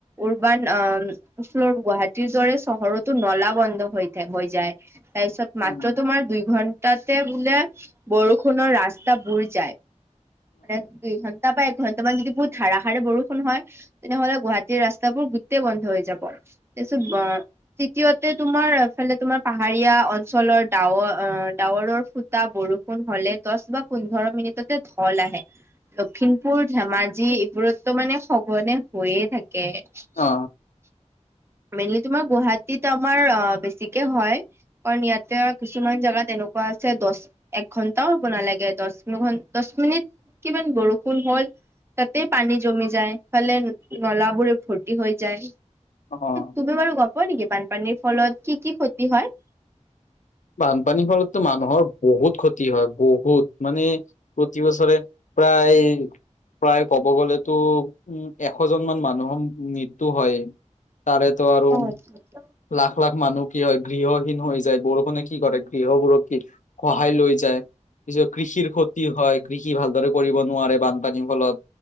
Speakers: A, on the right; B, on the left.
A: উৰ্বাৰ। <inaudible> ফ্ল গুৱাহ। ৰে চহৰতো নলা বন্ধ হৈ থ হৈ যায়। তাৰপিছত
B: উম,
A: মাত্ৰ তোমাৰ দুই ঘণ্টা। তাতে বোলে বৰষুণৰ ৰাস্তা বুুৰ যায় মে দু। তাৰ পৰাাএঘণ্টামান যদি বহুত ধাৰষাৰে বৰষুণ হয়। তেনেহলে গুৱাহাটীৰ ৰাস্তাবোৰ গোটেই বন্ধ হৈ যাব, তাৰপিছত তৃতীয়তে তোমাৰফালে তোমাৰ পাহাৰীয়া অঞ্চলৰ ডাৱৰ অ। ডাৱৰৰ ফুটা বৰষুণ হলে দহ বা পোন্ধৰ মিনিটতে। ফল আহে লখিমপুৰ ধেমাজি এইবোৰতো মানে সঘনে হৈয়ে থাকে। কে।
B: অ
A: মেইনলি তোমাৰ গুৱাহাটীত আমাৰ অ বেছিকে হয় কাৰণ ইয়াতে কিছুমান জেগাত তেনেকা। এনেকুৱা আছে দহ এক ঘণ্টাও বনালাগে দহ দহ মিনিট। কিমান বৰষুণ হয়? তাতেই পানী জমি যায় ফালে নলাবোৰে ফূৰ্তি হৈ যায়।
B: অ অ
A: তুমি বাৰু গম পোৱা নেকি? বানপানীৰ ফলত কি কি ক্ষতি হয়।
B: বানপানীৰ ফলতো মানুহৰ বহুত ক্ষতি হয় বহুত মানে প্ৰতি বছৰে। প্ৰায়। প্ৰায় ক'ব গ'লেতো উম এশজনমান মানুহৰ মৃত্যু হয়। তাৰেতো আৰু
A: উম,
B: লাখ লাখ মানুহ কি হয় গৃহহীন হৈ যায় বৰষুণে। কি কৰে ।গৃহবোৰক কি সহায় লৈ যায়। পিছত কৃষিৰ ক্ষতি হয় কৃষি। কি ভালদৰে কৰিব নোৱাৰে বানপানীৰ ফলত।